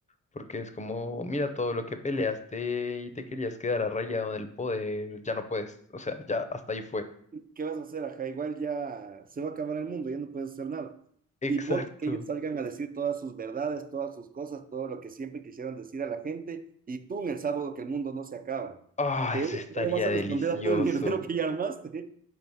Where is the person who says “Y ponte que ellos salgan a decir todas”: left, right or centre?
Right